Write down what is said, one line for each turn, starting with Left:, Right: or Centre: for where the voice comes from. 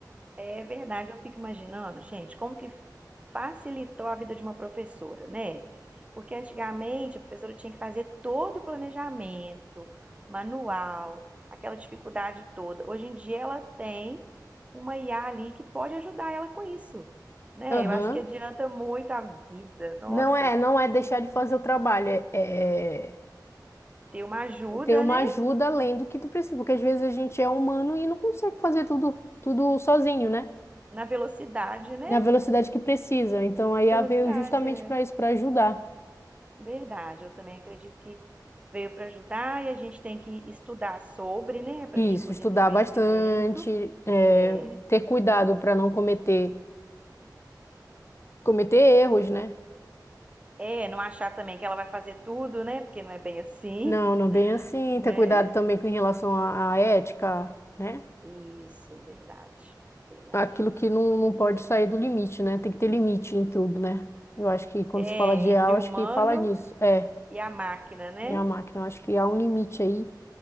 Right: É verdade, eu fico imaginando, gente, como que facilitou a vida de uma professora, né? Porque antigamente a professora tinha que fazer todo o planejamento, manual, aquela dificuldade toda. Hoje em dia ela tem uma IA ali que pode ajudar ela com isso, né?
Left: Aham.
Right: Eu acho que adianta muito a vida. Nossa,
Left: Não é, não é deixar de fazer o trabalho, é, é
Right: ter uma ajuda,
Left: ter uma
Right: né?
Left: ajuda além do que tu precisa, porque às vezes a gente é humano e não consegue fazer tudo, tudo sozinho, né?
Right: Na velocidade, né?
Left: na velocidade que precisa. Então a IA
Right: Velocidade,
Left: veio justamente
Right: é.
Left: para isso, para ajudar.
Right: Verdade, eu também acredito que veio para ajudar e a gente tem que estudar sobre, né, para
Left: Isso,
Right: a gente poder
Left: estudar
Right: ter conhecimento.
Left: bastante, é,
Right: É,
Left: ter cuidado para não cometer cometer erros, né?
Right: é, não achar também que ela vai fazer tudo, né, porque não é bem assim,
Left: Não, não bem assim.
Right: né?
Left: Ter cuidado também com em relação à, à ética, né?
Right: Isso, verdade, verdade.
Left: Aquilo que não, não pode sair do limite, né? Tem que ter limite em tudo, né? Eu acho que quando
Right: É,
Left: se fala de IA,
Right: entre
Left: eu
Right: o
Left: acho
Right: humano
Left: que fala nisso. É,
Right: e a máquina, né?
Left: minha máquina, eu acho que há um limite aí.